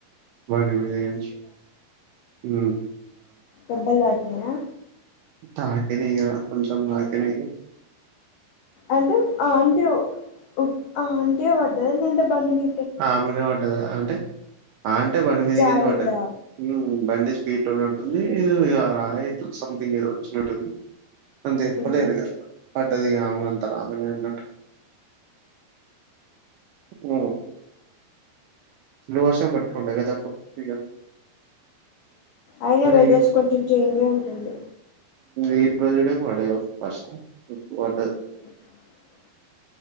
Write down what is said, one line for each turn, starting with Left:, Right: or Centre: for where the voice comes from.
Right: బండి మీద నుంచి హు
Left: దేబ్బల్ తా కినయా
Right: తాకినై ఇగ కొంచం తాకినయి
Left: అంటే ఆంటి ఒ ఆంటి వాడ లేదంటే బండి మీ
Right: ఆమనే వడ్డదా అంటే అంటే బండి మీద
Left: జారిందా
Right: కెళ్ళి పడ్డది బండి తెతోనట్ ఉంది ఎదో ఇగ రాయెట్లు సంథింగ్ ఏదో వచ్చినట్టుంది చెప్పలేదు
Left: ఊహూ
Right: ఇగ పడ్డది ఇగ ఆ అందరు ఆమెనే అన్నరు అ లోహసం పటుకుంటడి గద తప్పు ఇగ
Left: అయిన వెదర్స్
Right: ఈ
Left: కొంచం చేంజే ఉంటుంది
Right: ఈ రోజు ఇడ పడే వర్షం ఇడ వడ్డది
Left: అ